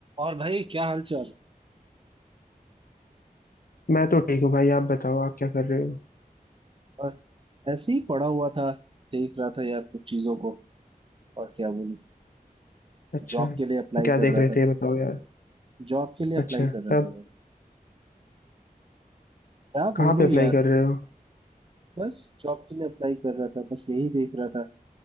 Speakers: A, on the right; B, on the left.
A: और भाई क्या हाल चाल
B: मैं तो ठीक हूँ भाई आप बताओ आप क्या कर रहे हो
A: बस ऐसे ही पड़ा हुआ था देख रहा था यार कुछ चीजों को और क्या बोलूं
B: अच्छा
A: जॉब के लिए अप्लाई
B: तो क्या
A: कर
B: देख
A: रहा
B: रहे
A: था
B: थे ये बताओ यार
A: जॉब के लिए अप्लाई
B: अच्छा
A: कर रहा
B: तब
A: था यार क्या
B: कहाँ
A: बोलूं
B: पे अप्लाई
A: यार
B: कर रहे हो
A: बस जॉब के लिए अप्लाई कर रहा था बस यही देख रहा था